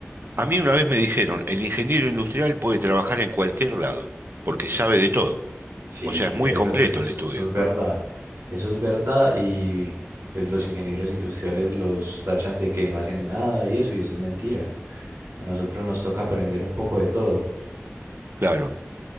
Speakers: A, on the right (about 50°); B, on the right (about 70°).
A: A mí una vez me dijeron, el ingeniero industrial puede trabajar en cualquier lado, porque sabe de todo.
B: Sí,
A: O sea,
B: sí,
A: es muy
B: eso,
A: completo
B: eso es,
A: el estudio.
B: eso es verdad. Eso es verdad y pues los ingenieros industriales los tachan de que no hacen nada y eso, y eso es mentira. A nosotros nos toca aprender un poco de todo.
A: Claro,